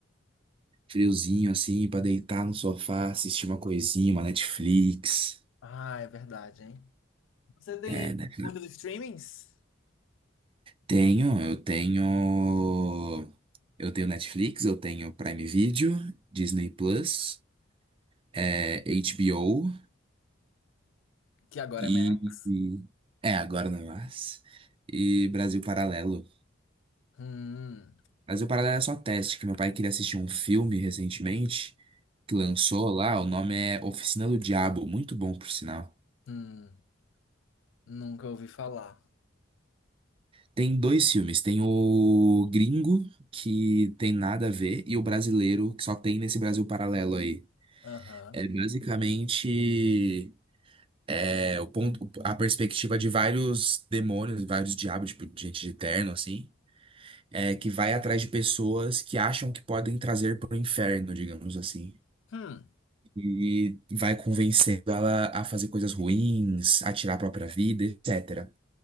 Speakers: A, on the right; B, on the left.
A: Friozinho assim, pra deitar no sofá, assistir uma coisinha, uma Netflix.
B: Ah, é verdade, hein? Você tem
A: É, né?
B: muitos streamings?
A: Tenho, eu tenho. Eu tenho Netflix, eu tenho Prime Video, Disney Plus, é, HBO
B: Que agora
A: e.
B: é merda.
A: e- É, agora não é mais. E Brasil Paralelo.
B: Hum,
A: Mas o paralelo é só teste, que meu pai queria assistir um filme recentemente que lançou lá, o nome é Oficina do Diabo, muito bom por sinal.
B: hum, nunca ouvi falar.
A: Tem dois filmes, tem o gringo, que tem nada a ver, e o brasileiro, que só tem nesse Brasil paralelo aí.
B: Aham.
A: É basicamente é, o ponto, a perspectiva de vários demônios, vários diabos, tipo, gente de terno, assim, é, que vai atrás de pessoas que acham que podem trazer para o inferno, digamos assim.
B: Hum,
A: e vai convencendo ela a fazer coisas ruins, a tirar a própria vida, etc.